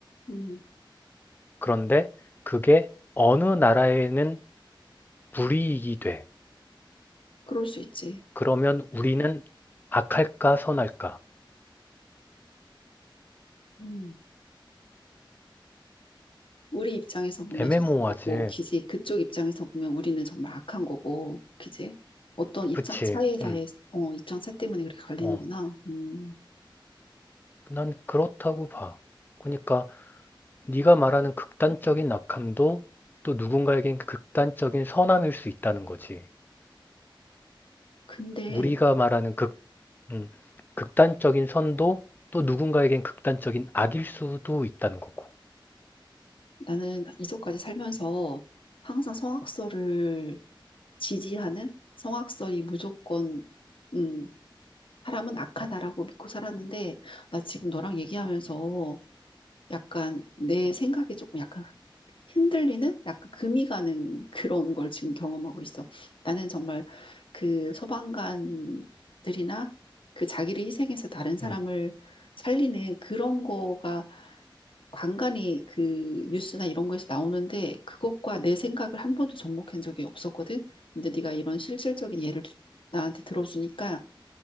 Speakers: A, on the left (about 75°); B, on the left (about 20°).
A: 음,
B: 그런데 그게 어느 나라에는 불이익이 돼.
A: 그럴 수 있지.
B: 그러면 우리는 악할까 선할까?
A: 음. 우리 입장에서 보면
B: 애매모호하지.
A: 선한 거고, 그지? 그쪽 입장에서 보면 우리는 정말 악한 거고, 그지? 어떤 입장
B: 그치?
A: 차이에 대해,
B: 음.
A: 어, 입장 차 때문에 그렇게 갈리는구나.
B: 어,
A: 음,
B: 난 그렇다고 봐. 그러니까 네가 말하는 극단적인 악함도 또 누군가에겐 극단적인 선함일 수 있다는 거지.
A: 근데
B: 우리가 말하는 극, 음, 극단적인 선도 또 누군가에겐 극단적인 악일 수도 있다는 거고.
A: 나는 이제까지 살면서 항상 성악설을 지지하는 성악설이 무조건, 음, 사람은 악하다라고 믿고 살았는데, 나 지금 너랑 얘기하면서 약간 내 생각이 조금 약간 흔들리는 약간 금이 가는 그런 걸 지금 경험하고 있어. 나는 정말 그 소방관들이나 그 자기를 희생해서 다른 사람을
B: 음,
A: 살리는 그런 거가 간간이 그 뉴스나 이런 거에서 나오는데 그것과 내 생각을 한 번도 접목한 적이 없었거든. 근데 네가 이런 실질적인 예를 주- 나한테 들어주니까